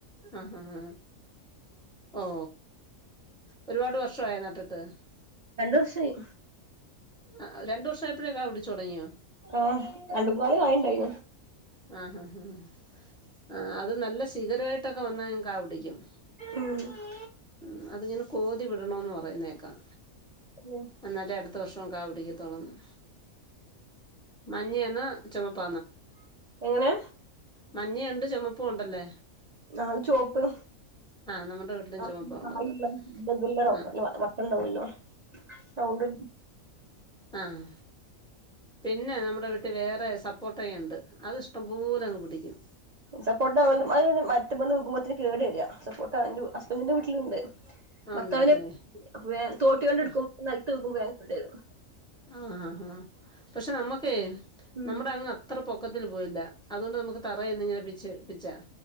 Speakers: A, in the centre; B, on the right.
A: ആഹ ആഹ ഓ ഒരുപാട് വർഷായോ നട്ടിട്ട്
B: രണ്ടുവർഷായി
A: ആ രണ്ടുവർഷായപ്പോഴേ കാ പിടിച്ചു തൊടങ്ങിയോ?
B: ആഹ് രണ്ട് മുന്നാല് കായിണ്ടായി.
A: ആഹ് ഹ ഹ ആ അത് നല്ല ശീഖരായിട്ടൊക്കെ വന്നാ കാപിടിക്കും.
B: <unintelligible>
A: ഉും അതിങ്ങനെ കോതിവിടണോന്ന് പറയിന്നേക്കാം.
B: <unintelligible>
A: അന്നാലെ അടുത്ത വർഷം കാ പിടിക്കത്തൊള്ളെന്ന്. മഞ്ഞയാന്നോ ചൊമപ്പ
B: എങ്ങനെ?
A: മഞ്ഞിയുണ്ട് ചുമപ്പുണ്ടല്ലേ?
B: ഞാൽത് ചൊപ്പ്
A: നമ്മുടെ വീട്ടിലും
B: <unintelligible>
A: ചുമപ്പാ ഉള്ളത് ആ
B: വട്ടംണ്ടാവല്ലോ? സൗണ്ട്
A: ആഹ് പിന്നെ നമ്മുടെ വീട്ടിൽ വേറെ സപ്പോട്ടേയുണ്ട്. അത്ഷ്ടംപോലങ്ങ് പിടിക്കും.
B: സപ്പോട്ട് അത് ന് മര്ത്ത്മന്ന് വികുബത്തിന്കേട് രാ സപ്പോട്ട ൻ്റെ ഹസ്ബൻഡിന്റെ വീട്ടിലുണ്ട്
A: ഉണ്ടല്ലേ
B: ഭർത്താവിന് വെ തോട്ടിണ്ടെട്ക്കും
A: ആ
B: നെൽത്കും വേകേട് രും
A: ആഹാ ഹാ പക്ഷെ നമ്മക്കേ
B: ഉം
A: നമ്മുടെ അങ്ങ് അത്ര പൊക്കത്തില് പോയില്ല അതൊണ്ട് നമുക്ക് തറയിന്നിങ്ങനെപിച്ചി പിച്ചാം.